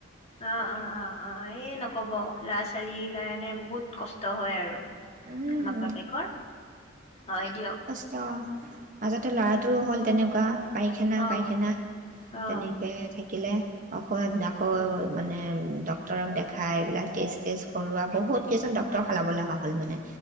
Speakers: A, on the left (about 30°); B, on the right (about 40°).
A: অ অ অ অ এই নকব ল'ৰা ছোৱালী সেইকাৰণে বহুত কষ্ট হয় আৰু
B: উম
A: মাক বাপেকৰ হয় দিয়ক
B: তেও মাজতে ল'ৰাটোৰ হ'ল তেনেকোৱা পায়খানা
A: অ
B: পায়খানা
A: অ অ
B: তেনেক থাকিলে ঔষধ আকৌ মানে ডক্তৰক দেখাই এইবিলাক টেষ্ট টেষ্ট কৰোৱা বহুত কেইজন ডক্তৰক সলাব লগা হয় হল মানে